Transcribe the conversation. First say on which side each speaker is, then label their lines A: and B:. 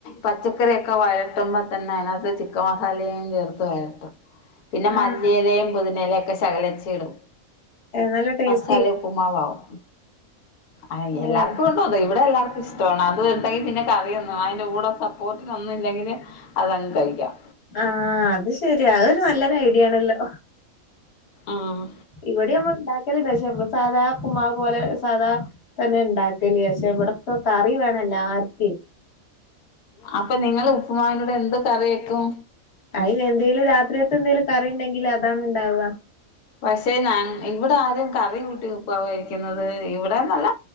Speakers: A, on the left; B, on the left.
A: പച്ചക്കറിയൊക്കെ വഴട്ടുമ്പോ തന്നെ അതിനകത്ത് ചിക്കൻ മസാലയും ചേർത്ത് വഴ ട്ടും പിന്നെ
B: ആഹ്
A: മല്ലിയിലേയും പുതിനേലേ ഒക്കെ ശകലച്ചി ഇടും
B: നല്ല ടേസ്റ്റ്
A: സാലെ ഉപ്പമാവാവും അ
B: ഓഹ്
A: എല്ലാർക്കും <unintelligible> പ ഇവിടെ എല്ലാർക്കും ഇഷ്ടമാണ്. അത് എന്തെങ്ക പിന്നെ കറിയന്നും, അതിന്റെ കൂടെ സപ്പോർട്ട്. ഒന്നും ഇല്ലെങ്കില് അതങ്ങ് കഴിക്കാം.
B: ആഹ അത് ശെരിയാ. അത് ഒരു നല്ലൊരു ഐഡിയ ആണല്ലോ.
A: ആഹ്
B: ഇവിടെ നമ്മൾ ഉണ്ടാക്കലണ്ട്. പക്ഷേ മ്മ സാധാ ഉപ്മ പോലെ, സാധാ. തന്നെ ഇണ്ടാക്കല്. പക്ഷെ ഇവിടക്കൊ കറി വേണല്ലാർക്ക്.
A: അപ്പ നിങ്ങള് ഉപ്പുമാവിന്റുടാ എന്ത് കറി വെക്കും?
B: അയിന് എന്തേങ്കിലും രാത്രിയത്ത് എന്തേലും കറിണ്ടെങ്കിൽ അതാണ് ഉണ്ടാവുക.
A: പക്ഷെ ഞ ഇവിടെ ആരും കറി കൂട്ടി ഉപ്പാവ് കഴിക്കുന്നത് ഇവിടെന്നല്ല.